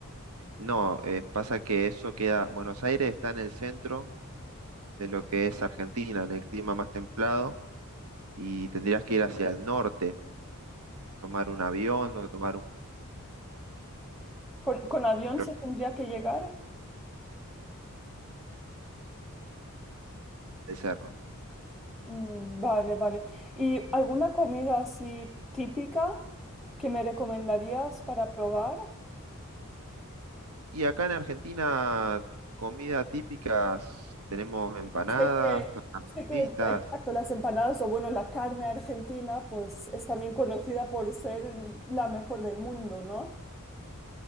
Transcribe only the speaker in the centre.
¿Con, con avión
se tendría que llegar?
Mm, vale, vale. ¿Y alguna comida así típica que me recomendarías para probar?
Sé que,
sé que,
exacto, las empanadas o bueno, la carne argentina, pues es también conocida por ser mm, la mejor del mundo, ¿no?